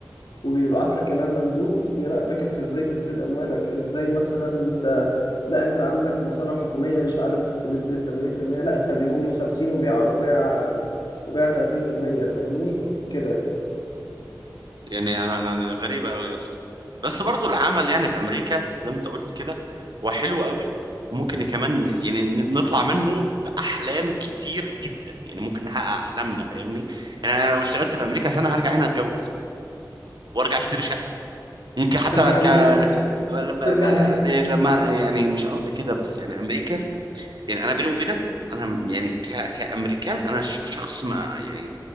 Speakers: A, on the left (about 80°); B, on the right (about 75°).
A: وبيبعت لك كمان مندوب يراقبك انت ازاي بتدير اموالك ازاي مثلا انت لا انت عندك مصالح حكوميه مش عارف بنسبه 80% لا خليهم لي 50 وبيع وبيع وبيع 30% فاهمني كده
B: يعني انا أنا- أنا غريبه قوي يا اسطى بس برضو العمل يعني في امريكا زي ما انت قلت كده هو حلو قوي ممكن كمان يعني ن- نطلع منه باحلام كتير جدا يعني ممكن نحقق احلامنا فاهمني يعني انا لو اشتغلت في امريكا سنه هرجع هنا اتجوز وارجع اشتري شقه يمكن حتى
A: ترجع
B: ارجع
A: ليه
B: لما
A: ترجع ليه
B: لما- يعني مش قصدي كده بس يعني امريكا يعني انا بيني وبينك انا م- يعني ك... كامريكان انا ش... شخص ما يعني